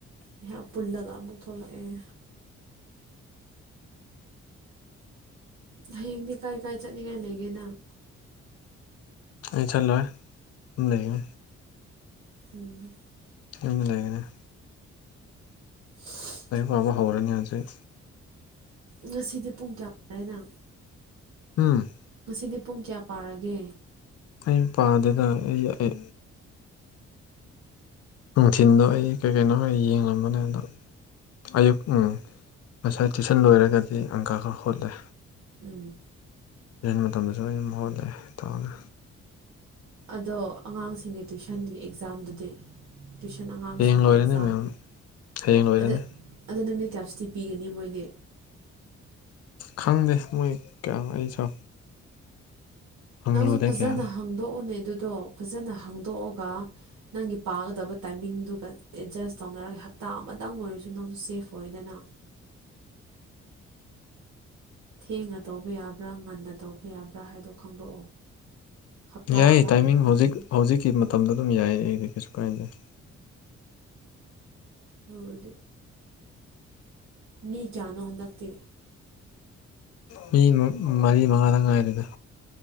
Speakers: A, on the right; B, on the left.
A: ꯑꯩꯍꯥꯛ ꯄꯨꯜꯂꯒ ꯑꯃꯨꯛ ꯊꯣꯛꯂꯛꯑꯦ ꯍꯌꯦꯡꯗꯤ ꯀꯥꯏ ꯀꯥꯏ ꯆꯠꯅꯤꯡꯉꯥꯏ ꯂꯩꯒꯦ ꯅꯪ
B: ꯑ ꯆꯜꯂꯣ ꯊꯝ ꯂꯩꯦ
A: ꯎꯝ
B: ꯌꯥꯝꯃꯤ ꯂꯩꯒꯅꯦ
A: <unintelligible>
B: ꯑꯩꯥꯏ ꯋꯥꯕ ꯍꯧꯔꯅꯤ ꯍꯧꯁꯩ
A: ꯉꯁꯤꯗꯤ ꯄꯨꯡ ꯀꯌꯥꯃꯦꯗꯪ
B: ꯎꯝ
A: ꯉꯁꯤꯗꯤ ꯄꯨꯡ ꯀꯌꯥ ꯄꯥꯔꯒꯦ
B: ꯑꯩ ꯃꯄꯥꯗꯨꯅ ꯑꯩ ꯅꯨꯡꯊꯤꯤꯟꯗꯣ ꯑꯩ ꯀꯩ ꯀꯩꯅꯣ ꯌꯦꯡꯂꯕꯅꯦ ꯑꯗ ꯑꯌꯨꯛ ꯉꯁꯥꯏ ꯇꯨꯏꯁꯟ ꯂꯣꯏꯔꯒꯗꯤ ꯑꯪꯀ ꯈꯔ ꯍꯣꯠꯂꯦ
A: ꯎꯝ
B: ꯌꯦꯟ ꯃꯇꯝꯗꯁꯨ ꯑꯗꯨꯝ ꯃꯍ ꯍꯨꯠꯂꯦ ꯇꯥꯎꯅ
A: ꯑꯗꯣ ꯑꯉꯥꯡꯁꯤꯡꯒꯤ ꯇꯨꯏꯁꯟꯒꯤ ꯑꯦꯛꯖꯥꯝꯗꯨꯗꯤ ꯇꯨꯏꯤꯁꯟ ꯑꯉꯥꯡꯁꯤꯡꯒꯤ
B: ꯍꯌꯦꯡ ꯂꯣꯏꯔꯅꯤ
A: ꯑꯦꯛꯖꯥꯝ
B: ꯃꯦꯝ ꯍꯌꯦꯡ ꯂꯣꯏꯔꯅꯤ
A: ꯑꯗ ꯑꯗꯣ ꯅꯨꯃꯤꯠ ꯀꯦꯞꯁꯤꯇꯗꯤ ꯄꯤꯒꯅꯤ ꯃꯣꯏꯗꯤ
B: ꯈꯪꯗꯦ ꯃꯣꯏ ꯀꯌꯥ ꯑꯩꯁꯨ ꯍꯪꯂꯨꯗꯦ
A: ꯅꯪꯁꯨ ꯐꯖꯅ
B: ꯀꯌꯥ
A: ꯍꯥꯡꯗꯣꯛꯎꯅꯦ ꯑꯗꯨꯗꯣ ꯐꯖꯅ ꯍꯥꯡꯗꯣꯛꯑꯒ ꯅꯪꯒꯤ ꯄꯥꯒꯗꯕ ꯇꯥꯏꯃꯤꯡꯗꯨꯒ ꯑꯦꯗꯖꯁ ꯇꯧꯅꯔꯒ ꯍꯞꯇꯥ ꯑꯃꯇꯪ ꯑꯣꯏꯔꯁꯨ ꯅꯪꯁꯨ ꯁꯦꯐ ꯑꯣꯏꯗꯅ ꯊꯦꯡꯅ ꯇꯧꯕ ꯌꯥꯕ꯭ꯔꯥ ꯉꯟꯅ ꯇꯧꯕ ꯌꯥꯕ꯭ꯔꯥ ꯍꯥꯏꯗꯣ ꯈꯪꯗꯣꯛꯑꯣ ꯍꯞꯇꯥ
B: ꯌꯥꯏꯌꯦ
A: ꯑꯃꯒꯨꯝꯕꯗꯤ
B: ꯇꯥꯏꯃꯤꯡ ꯍꯧꯖꯤꯛ ꯍꯧꯖꯤꯛꯀꯤ ꯃꯇꯝꯗ ꯑꯗꯨꯝ ꯌꯥꯏꯌꯦ ꯑꯩ ꯀꯩꯁꯨ ꯀꯥꯏꯗꯦ
A: ꯍꯗꯤ ꯃꯤ ꯀꯌꯥꯅꯣ ꯍꯟꯗꯛꯇꯦ
B: ꯃꯤ ꯃꯔꯤ ꯃꯉꯥꯗꯪ ꯉꯥꯏꯔꯤꯗ